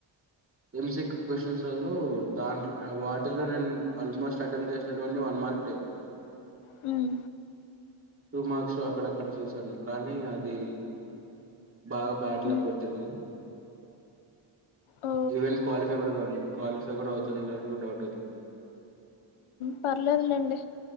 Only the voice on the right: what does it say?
ఎంసిక్ క్వశ్చన్స్లలో దాంట్ వాటిలో నేను ఆల్మోస్ట్ అటెంప్ట్ చేసినటువంటి వన్ మార్క్ లేే
టూ మార్క్స్ అక్కడక్కడ చూశాను కానీ అది బాగా బ్యాడ్ లక్కొట్టింది
ఇవెన్ క్వాల్లిఫై కూడా గాని క్వాలిఫై కూడా అవుతాన లేని డౌట్ అవుతు